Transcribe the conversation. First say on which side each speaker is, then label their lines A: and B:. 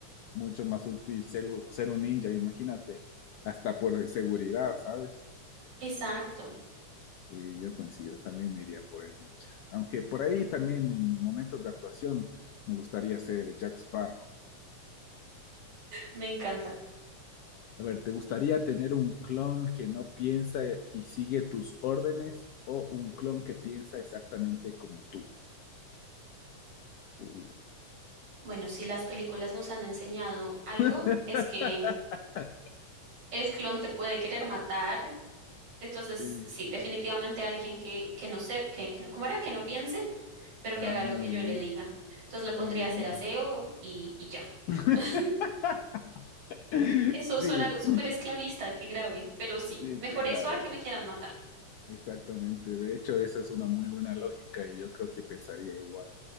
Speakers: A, on the left; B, on the right.
A: mucho más útil ser, ser un ninja, imagínate, hasta por seguridad, ¿sabes?
B: Exacto,
A: Sí, yo coincido, también me iría por el ninja. Aunque por ahí también en mis momentos de actuación me gustaría ser Jack Sparrow.
B: me encanta.
A: A ver, ¿te gustaría tener un clon que no piensa y sigue tus órdenes o un clon que piensa exactamente como tú? Uh.
B: Bueno, si las películas nos han enseñado algo,
A: <laughs>
B: es que el clon te puede querer matar. Entonces,
A: Sí.
B: sí, definitivamente alguien que, que no sé, que, que no, ¿cómo era? Que no piense, pero
A: Ah,
B: que haga lo
A: muy
B: que
A: bien,
B: yo le diga. Entonces le pondría
A: muy bien.
B: a hacer aseo y, y ya.
A: <laughs>
B: <laughs>
A: Sí,
B: Eso suena súper esclavista, qué grave. Pero sí,
A: sí,
B: mejor
A: qué grave.
B: eso a que me quieran matar.
A: Exactamente. De hecho, esa es una muy buena lógica y yo creo que pensaría igual.